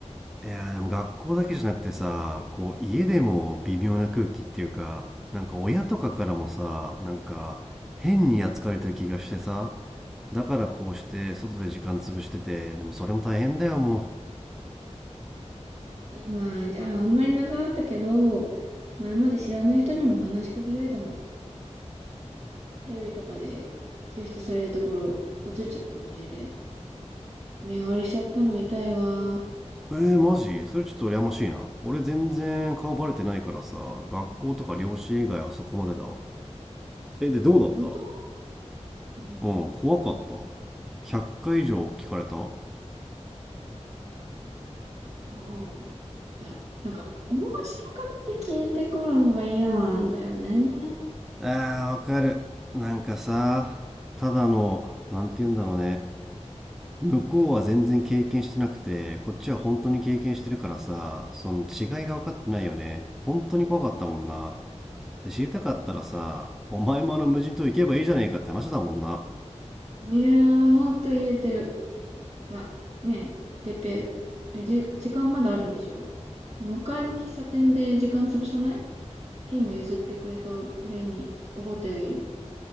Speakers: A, in the centre; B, on the right.
A: いやーでも学校だけじゃなくてさこう家でも微妙な空気っていうかなんか親とかからもさなんか変に扱われてる気がしてさだからこうして外で時間潰しててでもそれも大変だよも
B: 今、じゃああんまりなくなったけど、前まで知らない人にも話しかけられたもん。テレビとかで救出されるところ映っちゃったみたいで。目割れしちゃったの痛いわ。
A: うえー、マジそれちょっと羨ましいな俺全然顔バレてないからさ学校とか両親以外はそこまでだわえでどうだった
B: 本当うん。
A: うん怖かった100回以上聞かれたあ
B: うんいや、なんか、面白かって聞いてくるのが嫌なんだよね。
A: ーわかるなんかさただのなんて言うんだろうね向こうは全然経験してなくて、こっちは本当に経験してるからさ、その違いが分かってないよね。本当に怖かったもんな。で、知りたかったらさ、お前もあの無人島行けばいいじゃねえかって話だもんな。
B: いやー、ほんと言えてる。いや、ねえ、てっぺ、えじ、時間まだあるんでしょ向かいの喫茶店で時間潰さないゲーム譲ってくれたお俺におごってあげる。